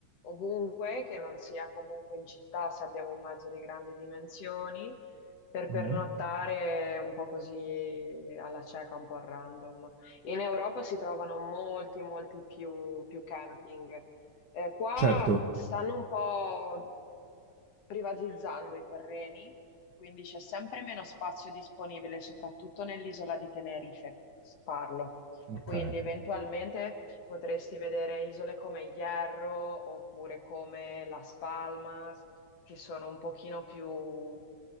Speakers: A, on the left; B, on the right.
A: ovunque, che non sia comunque in città, se abbiamo un mezzo di grandi dimensioni, per pernottare
B: Mh-mh.
A: un po' così alla cieca, un po' a random. In Europa si trovano molti, molti più più camping. Eh, qua
B: Certo.
A: mm, stanno un po' privatizzando i terreni, quindi c'è sempre meno spazio disponibile, soprattutto nell'isola di Tenerife, parlo.
B: Okay.
A: Quindi eventualmente potresti vedere isole come Hierro oppure come Las Palmas, che sono un pochino più